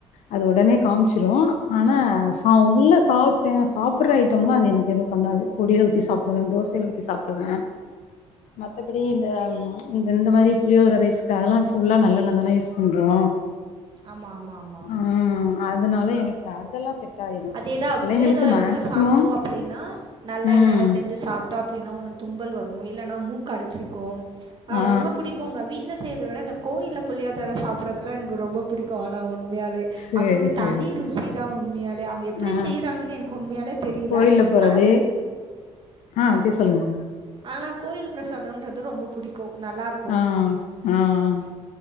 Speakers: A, on the left; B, on the right.
A: அது உடனே காமிச்சிரு ஆனா சா உள்ள சாப்ட்டே சாப்பிற ஐட்டம்லா அது எனக்கு எதுவு பண்ணாது பொடியில ஊத்தி சாப்டுவே தோசைல ஊத்தி சாப்டுவே மத்தபடி இந்த இந்த மாரி புளியோதிர ரைஸ்க்கு அதெல்லா ஃபுல்லா நல்லெண்ண தானே யூஸ் பண்றோ
B: ஆமா ஆமா ஆமா
A: ம் அதனால எனக்கு அதெல்லா செட் ஆயிரு
B: அதேதா
A: பிள்ளைங்களுக்கு
B: புளியோதர
A: மேக்சிமம்
B: கூட சாப்ட்டோ அப்டின்னா நல்லெண்ணெல
A: ம்
B: செஞ்சு சாப்ட்டா அப்பினா ஒன்னு தும்பல் வரு இல்லன்னா மூக்கு அடச்சிக்கு அ
A: ஆ
B: ரொம்ப பிடிக்குங்க வீ வீட்ல செய்றத விட இந்த கோயில்ல புளியோதர சாப் ப்றதுல எனக்கு ரொம்ப பிடிக்கு ஆனா உண்மையாலே
A: சேரி
B: அது ஒரு
A: சேரி
B: தனி ரு சிதா உண்மையாலே அவங்க எப்டி
A: ஆ
B: செய்கிறாங்கன்னு எனக்கு உண்மையாலே தெரியல
A: கோயில்ல போறது
B: ஆனா
A: ஆ அப்டி சொல்லுங்க
B: ஆனா கோயில் பிரசாதோன்றது ரொம்ப பிடிக்கு நல்லா இருக்
A: ஆ ஆஆ